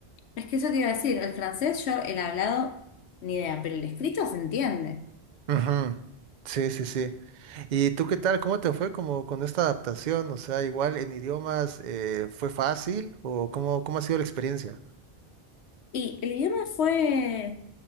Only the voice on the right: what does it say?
Ujú. Sí, sí, sí. ¿Y tú qué tal? ¿Cómo te fue como con esta adaptación? O sea, igual en idiomas eh, fue fácil o cómo, cómo ha sido la experiencia?